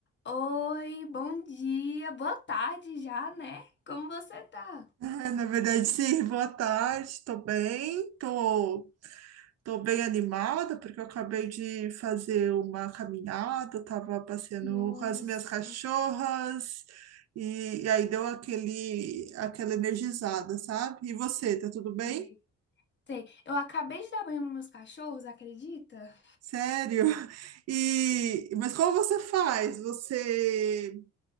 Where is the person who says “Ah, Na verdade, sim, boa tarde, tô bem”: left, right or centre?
Right